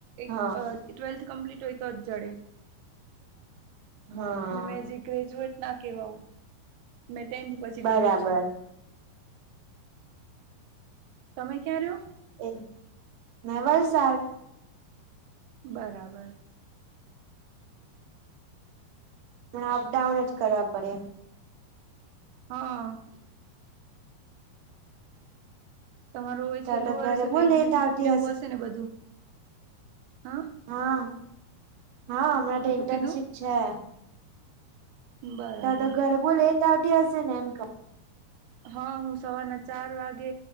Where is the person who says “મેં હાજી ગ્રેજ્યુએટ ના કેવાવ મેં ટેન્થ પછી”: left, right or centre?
Right